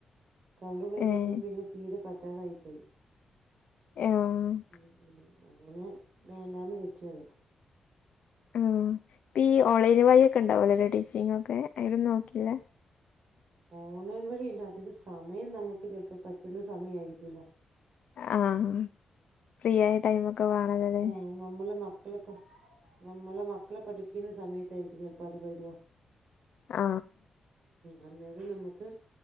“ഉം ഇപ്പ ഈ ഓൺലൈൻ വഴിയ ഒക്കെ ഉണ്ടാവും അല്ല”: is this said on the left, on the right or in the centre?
Left